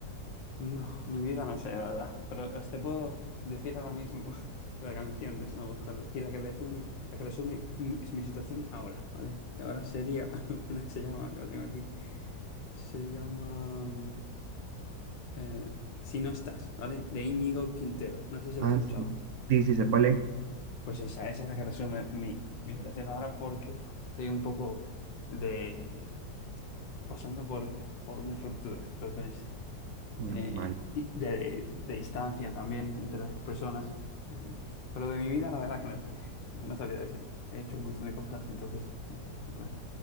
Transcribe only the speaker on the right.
Ah,
sí. Sí, sí, sé cuál es.
Mm,
Vale.